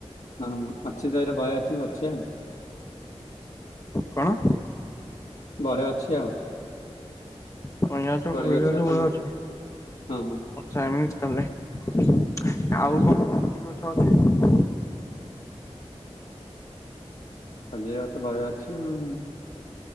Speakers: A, on the left (about 90°); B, on the left (about 25°).
A: ହଁ ହଁ ଅଛି ଦଏରେ ବଏ ଅଛି ଅଛି ଆଉ।
B: କଣ?
A: ବହେ ଅଛି ଆଉ।
B: କଇଁଆ ଗଛ
A: କୋଳି
B: ସବୁଥିରୁ
A: କଇଁ
B: ବହେ
A: ଗଛ
B: ଅଛି।
A: ହଁ ହଁ
B: ଆଚ୍ଛା ଏମିତି ତାହେଲେ ଆଉ କଣ <unintelligible> ଗଛ ଅଛି?
A: ଖଜିର ଗଛ ଭଏ ଅଛି ଆଉ।